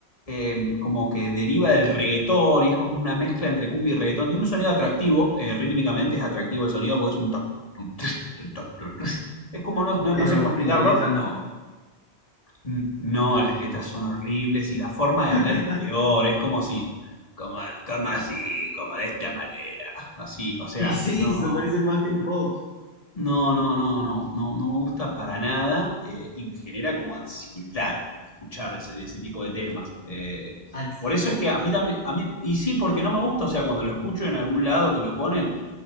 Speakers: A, on the left; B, on the left.
A: eh, como que deriva del reggaetón, y es como una mezcla entre cumbia y reggaetón. Tiene un sonido atractivo, eh, rítmicamente es atractivo el sonido porque es un... toc, tun, tush, tun, toc, tun, tush. Es como, no, no-
B: Pero
A: no sé cómo explicarlo.
B: la letra no.
A: N- No, las letras son horribles y la forma
B: <laughs>
A: de hablar es peor, es como si... Como, como así, como de esta manera. Así, o sea,
B: ¿Qué es eso?
A: no.
B: Parece más bien rock.
A: No, no, no, no, no, no me gusta para nada eh, y me genera como ansiedad escuchar ese, ese tipo de temas. Eh,
B: Ansiedad.
A: por eso es que a mí también, a mí, y sí, porque no me gusta, o sea, cuando lo escucho en algún lado que lo ponen,